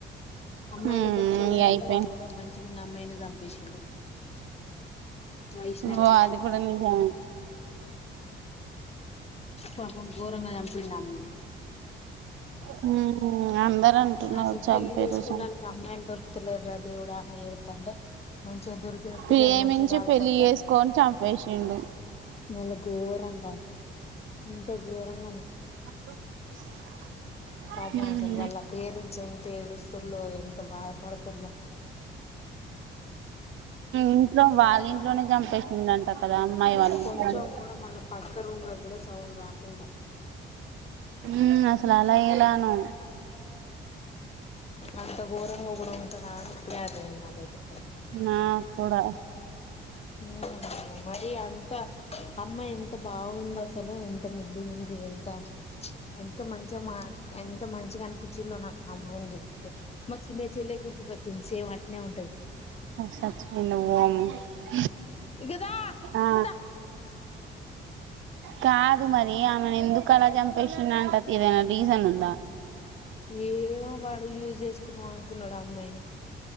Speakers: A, on the left (about 30°); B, on the right (about 75°).
A: అమ్మాయిలా
B: ఉమ్
A: దొరుకుతలేదంటే
B: ఇగ అయిపోయినయ్
A: వాళ్ళు కూడా మంచిగా ఉన్నా అమ్మాయిని చంపేసిండు వైష్ణవి
B: ఓ అది కూడా నిజమే
A: పాపం ఘోరంగా చంపిండు అమ్మో
B: హ్మ అందరు అంటున్నారు
A: అసలు
B: చంపిర్రు
A: పెళ్లి చేసుకోండాననికి
B: చం
A: అమ్మాయిలు దొర ఇత్తలేర్రా దేవుడా ఏం అంటే మంచిగా దొరికిన పిల్లను
B: ప్రేమించి
A: మంచిగా సాదుకోక
B: పెళ్లి చేసుకొని చంపేసిండు
A: మరి గోరంగా ఇంత గోరంగానా
B: <inaudible>
A: పాపం
B: ఉమ్
A: అసలు వాళ్ల పేరెంట్స్ ఎంత ఏడుస్ ర్లో ఎంత బాధపడుతురో
B: ఇంట్లో వాళ్ళ ఇంట్లోనే చంపేసిందంట కదా అమ్మాయి వాళ్ళ ఇంట్లోనే
A: కొంచెం కూడా మన పక్క రూమ్లో కూడా సౌండ్ రాకుండా
B: ఉ అసలు అలా ఎలానో
A: అంత ఘోరంగా కూడా ఉంటారా అని ఇప్పుడే అర్థమైంది నాకైతే
B: నా కూడా
A: ఉహ్ మరి అంత అమ్మా ఎంత బాగుంది అసలు ఎంత ముద్దుగుంది ఎంత ఎంత మంచిగా మాట్లా ఎంత మంచిగా అనిపించిందో నాకు అమ్మాయిని చూస్తే చిన్న చెల్లె గుర్తుకోచ్చింది సేమ్ అట్నే ఉంటది
B: <unintelligible>
A: ఇగా దా
B: ఆ
A: ఇంగ దా
B: కాదు మరి ఆమెను ఎందుకు అలా చంపేసింధంట ఏదైనా రీజన్ ఉందా
A: ఏమో వాడు యూజ్ చేసుకుందాం అనుకున్నాడు అమ్మాయిని